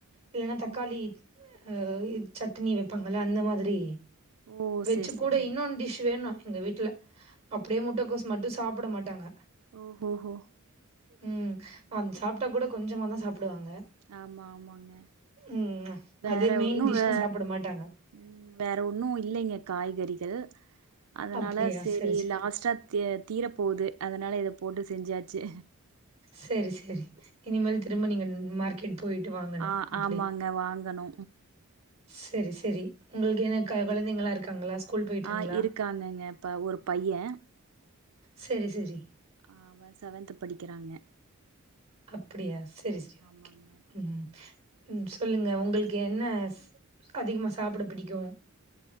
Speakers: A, on the right; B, on the right.
A: இல்லனா தக்காளி
B: ம்
A: அ இ சட்னி வைப்பாங்கள அந்த மாதிரி
B: ஓ
A: வச்சு
B: சேரி சேரிங்க
A: கூட இன்னொன்னு டிஷ் வேணு எங்க வீட்ல அப்டியே முட்டக்கோஸ் மட்டு சாப்ட மாட்டாங்க
B: ஒ ஓ ஓ
A: ம் அ சாப்ட்டா கூட கொஞ்சமா தா சாப்டுவாங்க
B: ஆமா ஆமாங்க
A: ம்
B: வேற
A: அதே மெயின்
B: ஒன்னு
A: டிஷ்ன்னா
B: வே
A: சாப்ட மாட்டாங்க
B: ம் வேற ஒண்ணு இல்லைங்க காய்கறிகள் அதனால
A: அப்டியா
B: சேரி
A: சரி சரி
B: லாஸ்டா த தீர போகுது அதனால இத போட்டு செஞ்சாச்சு
A: சேரி சேரி இனிமேல் திரும்ப நீங்க மார்க் கெட் போயிட்டு வாங்கனு
B: ஆ
A: அப்டி
B: ஆமாங்க வாங்கணு
A: சேரி சேரி உங்களுக்கு என்ன கா கொழந்தைங்களா இருக்காங்களா ஸ்கூல் போயிட்டாங்களா
B: ஆ இருக்காங்கங்க இப்ப ஒரு பைய
A: சேரி சேரி
B: ஆ அவ செவன்த் படிக்கிறாங்க
A: அப்டியா சேரி சேரி
B: ஆமாங்க
A: ஓகே ம் ம் சொல்லுங்க உங்களுக் கு
B: அப்றோ
A: என்ன அதிகமா சாப்ட புடிக்கு